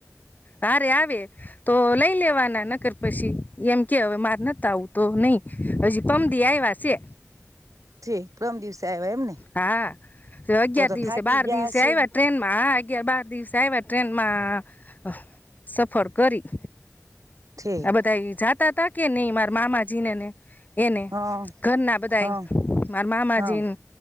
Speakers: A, on the left (about 30°); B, on the right (about 85°).
A: હારે આવે, તો લઈ લેવાના નકર, પછી એમ કેવે માર નતા આવું તો નહી હજી પમદી આવ્યા છે.
B: ઠીક પ્રમ દિવસે આવ્યા એમને
A: હા, અગિયાર
B: તો તો
A: દિવસે
B: થાકી
A: બાર
B: ગયા
A: દિવસે
B: હશે
A: આવ્યા ટ્રેન માં અગિયાર બાર દિવસે સાવા ટ્રેનમાં, સફર કરી.
B: ઠીક
A: હ બધ જાત ત ત કે નહીં મા મા માજીને ને. એને,
B: હા
A: ઘરના બધાય
B: હા
A: મારા મામાજીને
B: હા